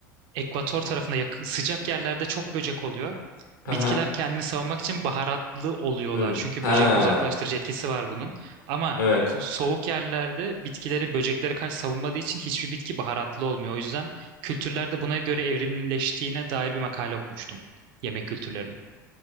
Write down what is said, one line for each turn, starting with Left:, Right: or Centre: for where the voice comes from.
Right: ekvator tarafında yak- sıcak yerlerde çok böcek oluyor.
Left: <laughs>
Right: Bitkiler
Left: Aha.
Right: kendini savunmak için baharatlı oluyorlar.
Left: Öyle.
Right: Çünkü
Left: Ha.
Right: böcek uzaklaştırıcı etkisi var bunun. Ama
Left: Evet.
Right: ku- soğuk yerlerde bitkileri böceklere karşı savunmadığı için hiçbir bitki baharatlı olmuyor. O yüzden kültürlerde buna göre evrimleştiğine dair bir makale okumuştum. Yemek kültürlerinin.